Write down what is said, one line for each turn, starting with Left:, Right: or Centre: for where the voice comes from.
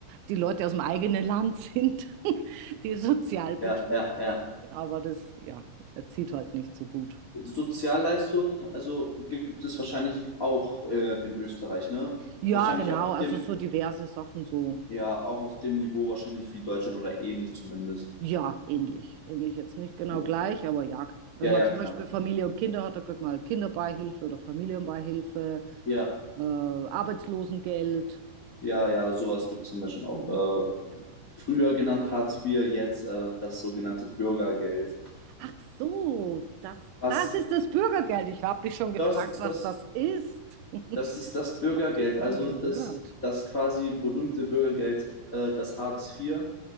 Right: die Leute aus dem eigenen Land sind, <laughs> die sozial betrug.
Left: Ja, ja, ja.
Right: Aber das, ja, zieht halt nicht so gut.
Left: Sozialleistungen, also gibt es wahrscheinlich auch äh, in Österreich, ne?
Right: Ja,
Left: Wahrscheinlich
Right: genau,
Left: auch auf
Right: also
Left: dem,
Right: so diverse Sachen, so,
Left: ja, auch auf dem Niveau wahrscheinlich wie Deutschland oder ähnlich zumindest.
Right: ja, ähnlich. Ähnlich jetzt nicht genau
Left: Okay.
Right: gleich, aber ja, wenn
Left: Ja,
Right: man
Left: ja,
Right: zum
Left: klar.
Right: Beispiel Familie und Kinder hat, dann kriegt man halt Kinderbeihilfe oder Familienbeihilfe,
Left: Ja,
Right: äh, Arbeitslosengeld.
Left: ja, ja, sowas gibt es in Deutschland
Right: Mhm,
Left: auch.
Right: genau.
Left: Äh, früher genannt Hartz IV, jetzt äh, das sogenannte Bürgergeld.
Right: Ach so, das,
Left: Was
Right: das ist das Bürgergeld. Ich habe dich schon gefragt,
Left: das ist
Right: was
Left: das,
Right: das ist. <laughs>
Left: das ist das Bürgergeld,
Right: Hab davon
Left: also
Right: gehört.
Left: das, das
Right: <laughs>
Left: quasi berühmte Bürgergeld, äh, das Hartz IV,